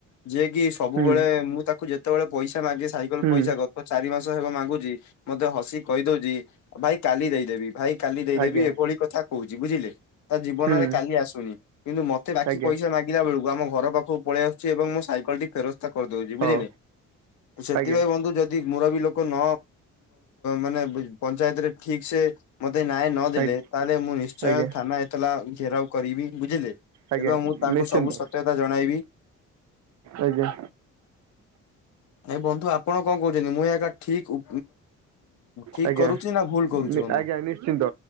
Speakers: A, on the left; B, on the right.
A: ଯି କି ସବୁବେଳେ
B: ହୁଁ
A: ମୁଁ ତାକୁ ଯେତେବେଳେ ପଇସା ମାଗେ ସାଇକେଲ
B: ହୁଁ
A: ପଇସା ଗତ ଚାରି ମାସ ହେବ ମାଗୁଛି ମତେ ହସି କହିଦଉଛି ଭାଇ କାଲି ଦେଇଦେବି, ଭାଇ କାଲି ଦେଇଦେବି
B: ଆଜ୍ଞା
A: ଏଭଳି କଥା କହୁଛି ବୁଝିଲେ ତା ଜୀବନରେ
B: ହୁଁ
A: କାଲି ଆସୁନି କିନ୍ତୁ ମତେ ବାକି
B: ଆଜ୍ଞା
A: ପଇସା ମାଗିଲା ବେଳକୁ ଆମ ଘ ପାଖକୁ ପଳ ଆସଛି, ଏବଂ ମୁଁ ସାଇକଲ ଟି ଫେରଛି କରିଦଉଛି
B: ହଉ
A: ବୁଝିଲେ ତ ସେଥିପାଇଁ
B: ଆଜ୍ଞା
A: ବନ୍ଧୁ ଯଦି ମୁର ବି ଲୋକ ନ ମାନେ ପଞ୍ଚାୟତରେ ଠିକ ସେ ମତେ ନ୍ୟାୟ ନଦେଲେ
B: ଆଜ୍ଞା
A: ତାହେଲେ ମୁଁ ନିଶ୍ଚୟ
B: ଆଜ୍ଞା
A: ଥାନା ଏତେଲା ଘେରାଉ କରିବି ବୁଝିଲେ
B: ଆଜ୍ଞା
A: ଏବଂ ମୁଁ ତାଙ୍କୁ
B: ନିଶ୍ଚିନ୍ତ
A: ସବୁ ସତ୍ୟତା ଜଣାଇବି
B: ଆଜ୍ଞା।
A: ଏ ବନ୍ଧୁ ଆପଣ କଣ କହୁଛନ୍ତି, ମୁଁ ଏହା ଏକା ଠିକ ଠିକ
B: ଆଜ୍ଞା।
A: କରୁଛି ନା ଭୁଲ! କରୁଛି ବନ୍ଧୁ
B: ଆଜ୍ଞା ନିଶ୍ଚିନ୍ତ